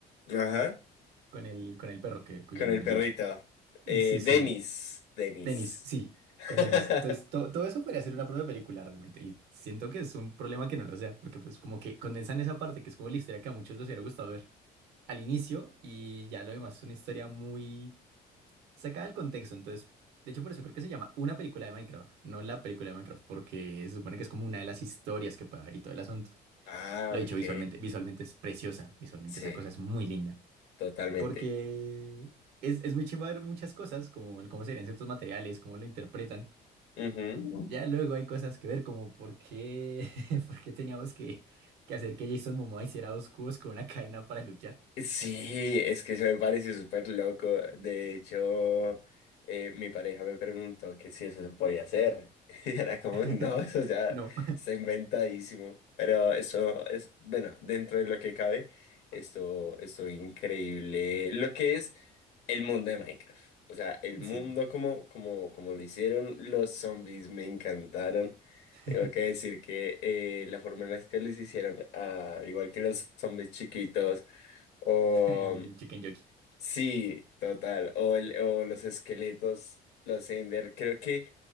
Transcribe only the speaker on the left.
Ajá.
Con
el perrito.
Eh,
Dennis. Dennis.
<laughs>
Ah,
ok.
Sí,
totalmente.
Ujú.
Sí, es que eso me parece súper loco. De hecho, eh, mi pareja me preguntó que si eso se podía hacer. <laughs> Y era como,
no, eso ya
está inventadísimo. Pero eso es, bueno, dentro de lo que cabe, esto, esto increíble. Lo que es el mundo de Minecraft. O sea, el mundo
como, como, como lo hicieron los zombies me encantaron.
Tengo que decir que eh, la forma en la que los hicieron, ah, igual que los zombies chiquitos. O
sí, total. O, el- o los esqueletos, los Ender. Creo que